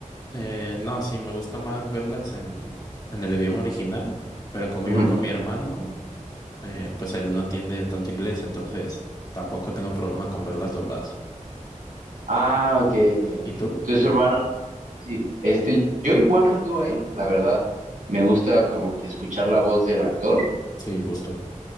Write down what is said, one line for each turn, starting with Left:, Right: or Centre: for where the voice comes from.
Left: Eh, no, sí, me gusta más verlas en, en el idioma original, pero como
Right: Ujú.
Left: iba con mi hermano... eh, pues él no entiende tanto inglés, entonces tampoco tengo problema con verlas dobladas.
Right: Ah, ok, ok,
Left: ¿Y
Right: ok. Entonces,
Left: tú?
Right: su hermano, sí, este, yo igual que tú, ¿eh? La verdad, me gusta como que escuchar la voz del actor,
Left: Sí, justo.